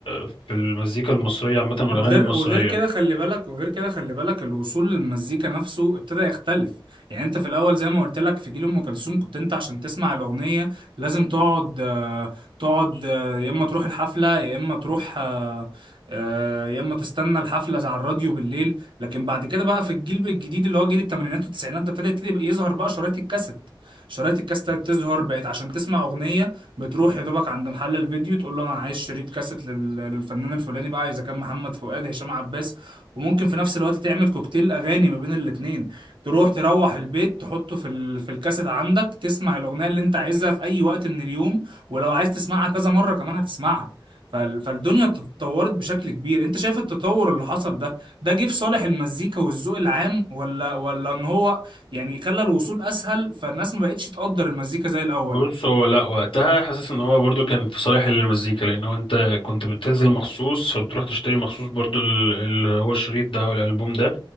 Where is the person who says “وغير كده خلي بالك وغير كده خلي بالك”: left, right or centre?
Right